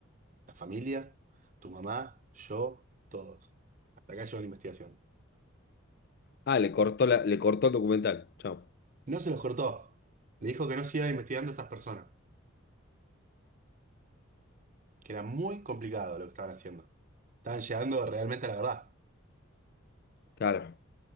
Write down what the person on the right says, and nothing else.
la familia, tu mamá, yo, todos. Hasta acá llegó la investigación.
No se los cortó. Le dijo que no siga investigando a esas personas, que era muy complicado lo que estaban haciendo. Estaban llegando realmente a la verdad.